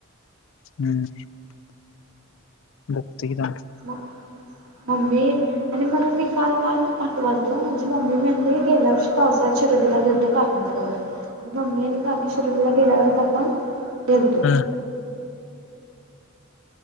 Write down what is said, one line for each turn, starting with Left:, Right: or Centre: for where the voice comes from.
Left: हम्म जते क द
Right: मग मम्मी आणि मला मी काल काल आठवालतो म् म्हणली गेल्या वर्षी पावसाळत चिरोलीला घड काक करा म् आणि का गेल्यावर आपण गतो
Left: हा